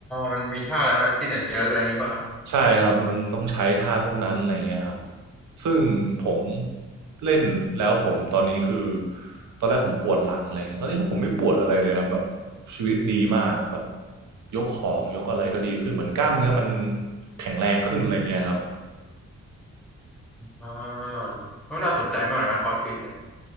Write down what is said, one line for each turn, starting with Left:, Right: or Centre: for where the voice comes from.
Centre: มันมีท่าอะไรบ้างนะคลีนแอนด์เจิร์กอะไรอย่างนี้ป่ะครับ
Right: ใช่ครับมันต้องใช้ท่าพวกนั้นอะไรเงี้ยครับซึ่งผม
Centre: อ๋อ
Right: เล่นแล้วผมตอนนี้คือตอนแรกผมปวดหลังอะไรเงี้ยตอนนี้คือผมไม่ปวดอะไรเลยครับแบบชีวิตดีมากแบบยกของยกอะไรก็ดีขึ้นเหมือนกล้ามเนื้อมันแข็งแรงขึ้นอะไรเงี้ยครับ
Centre: อ่าแล้วน่าสนใจมากนะคอร์สฟิตเนี่ย